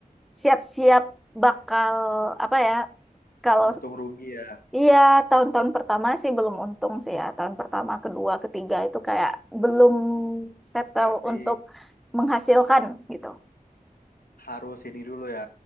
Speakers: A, in the centre; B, on the left.
A: siap-siap bakal apa ya kalau
B: Untung rugi ya,
A: iya tahun-tahun pertama sih belum untung sih ya tahun pertama kedua ketiga itu kayak belum settle
B: berarti
A: untuk menghasilkan gitu
B: harus ini dulu ya